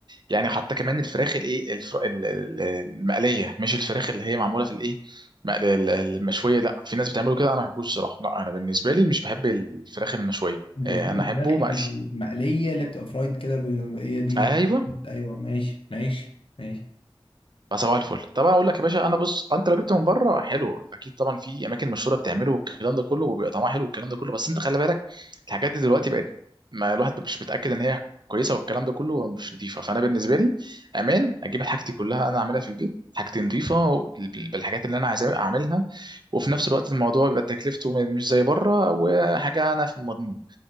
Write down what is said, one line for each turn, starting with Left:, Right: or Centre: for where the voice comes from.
Right: يعني حتى كمان الفراخ الايه الفر... ال- ال- المقليه مش الفراخ اللي هي معموله في الايه مقل- ال- المشويه لا في ناس بتعمله كده انا ما بحبوش صراحه لا انا بالنسبه لي مش بحب الفراخ المشويه
Left: انت
Right: آه،
Left: بتحب
Right: انا
Left: الفراخ
Right: احبه مقلي
Left: المقليه اللي بتبقى فرايد كده ب- هي دي الفكرة.
Right: ايوه
Left: ايوه ماشي ماشي ماشي
Right: فصباح الفل طبعا اقول لك يا باشا انا بص انت لو جبت من بره حلو اكيد طبعا في اماكن مشهوره بتعمله والكلام ده كله وبيبقى طعمها حلو والكلام ده كله بس انت خلي بالك الحاجات دي دلوقتي بقت ما الواحد مش متاكد ان هي كويسه والكلام ده كله مش نظيفه فانا بالنسبه لي امان اجيب حاجتي كلها انا اعملها في البيت حاجتي نظيفه بال- بالحاجات اللي انا عايز اعملها وفي نفس الوقت الموضوع بيبقى تكلفته م- مش زي بره وحاجه انا في المضمون